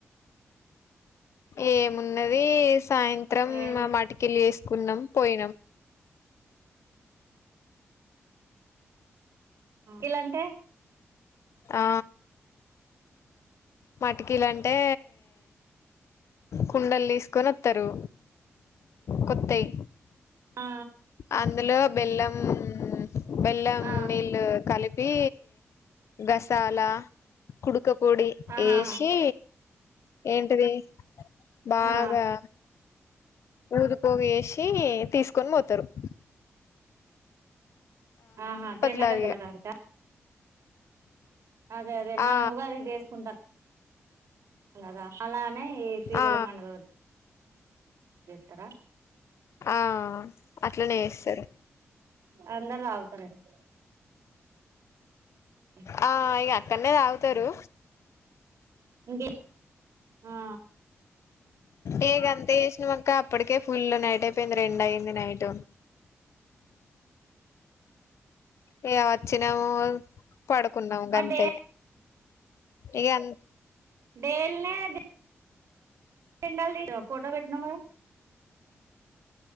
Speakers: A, on the left; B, on the right.
A: ఏమున్నది సాయంత్రం
B: ఏం
A: మా మాటి కెళ్ళి చేసుకున్నాం పోయినాం
B: ఇలంటే
A: ఆ పటికీలు అంటే కుండలు తీసుకొని వత్తరు కొత్తయ్
B: ఆ
A: అందులో బెల్లం బెల్లం
B: ఆ
A: నీళ్ళు కలిపి గసాలా కుడుక పొడి
B: ఆహా
A: ఏసి ఏంటిది బాగా
B: ఆ
A: ఊదు పొగ వేసి తీసుకొని పోతరు హ
B: ఆహా జండగద్దెల
A: లాగా ఇగ
B: కాడీకా అదే అదే మనం
A: ఆ
B: ఉగాది వేసుకుంటాం కదా అలానే ఈ పీరెల
A: ఆ
B: పండుగ జేత్తరా
A: ఆ అట్లనే చేస్సరు
B: అందరూ తాగుతన ఇప్పుడు క్లీ
A: ఆ ఇగ అక్కన్నే తాగుతారు
B: ఇంగే ఆ
A: ఏ ఇగ అంతా చేసినం అక్క అప్పటికే ఫుల్ నైట్ అయిపోయింది రెండు అయింది నైట్ ఇగ వచ్చినమూ పడుకున్నము
B: మరి
A: గంతే
B: డే
A: ఇగం
B: డేల్నే జే <unintelligible> ఫోటో పెట్టినవు కదా